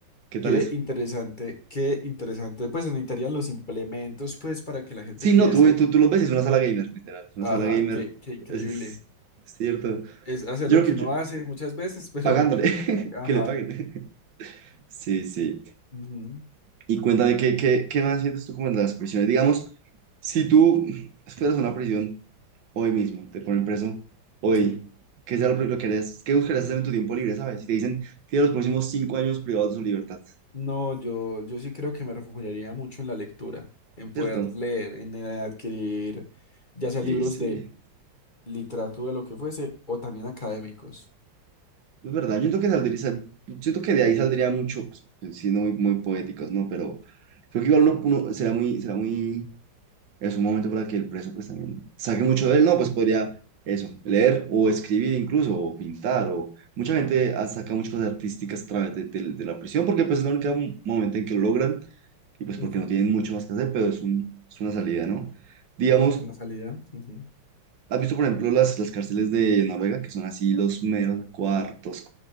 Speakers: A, on the right; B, on the left.
A: ¿Qué tal
B: Qué
A: eso?
B: interesante, qué interesante. Pues se necesitarían los implementos, pues, para que la gente
A: Sí,
B: pudiese,
A: no, tú, tú, tú los ves, y es una sala gamer, literal. Es una
B: ajá,
A: sala gamer,
B: qué, qué increíble.
A: es, es- cierto.
B: es hacer
A: Yo
B: lo que
A: creo
B: uno
A: que yo-
B: hace muchas veces, <laughs> pero,
A: pagándole, <laughs>
B: ajá,
A: que le paguen. Sí, sí.
B: ujú,
A: Y cuéntame, ¿qué, qué, qué más sientes tú como en las prisiones? Digamos, si tú esperas una prisión hoy mismo, te ponen preso hoy,
B: sí.
A: ¿qué sea lo primero que harías? ¿Qué buscarías hacer en tu tiempo libre, sabes? Si te dicen, tienes los próximos cinco años privados de su libertad,
B: No, yo, yo sí creo que me refugiaría mucho en la lectura, en poder
A: ¿cierto?
B: leer, en eh, adquirir ya sea
A: Sí,
B: libros
A: sí.
B: de literatura, lo que fuese, o también académicos.
A: Es verdad, yo siento que saldría, sal- siento que de ahí saldría mucho, pues, siendo muy, muy poéticos, ¿no? Pero creo que igual
B: Ujú,
A: uno, uno será muy, será muy, es un momento para que el preso pues también saque mucho de él, ¿no? Pues podría eso, leer o escribir incluso, o pintar, o mucha gente ah, saca muchas cosas artísticas a través de, de- de la prisión, porque pues es el único momento en que lo logran, y pues
B: ujú.
A: porque no tienen mucho más que hacer, pero es un, es una salida, ¿no? Digamos,
B: Es una salida. ujú.
A: ¿has visto por ejemplo las, las cárceles de Noruega, que son así los meros cuartos